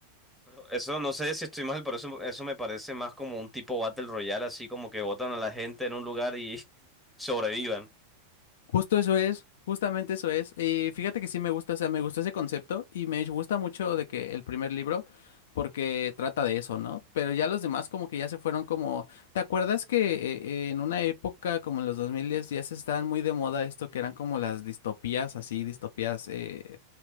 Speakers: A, in the centre; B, on the left (about 55°).
A: Pero Eso no sé si estoy mal, pero eso, eso me parece más como un tipo Battle Royale, así como que botan a la gente en un lugar y <laughs> sobrevivan.
B: Justo eso es, justamente eso es. Y fíjate que sí me gusta, o sea, me gustó ese concepto y me gusta mucho de que el primer libro, porque trata de eso, ¿no? Pero ya los demás como que ya se fueron como, ¿te acuerdas que eh, eh, en una época como en los 2010 ya se estaban muy de moda esto que eran como las distopías, así, distopías eh,